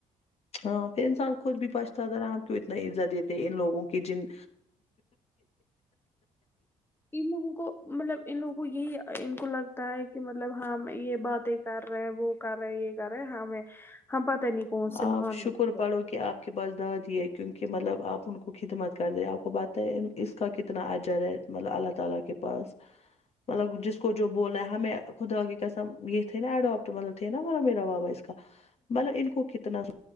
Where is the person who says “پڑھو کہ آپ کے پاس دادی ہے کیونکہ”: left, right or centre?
Left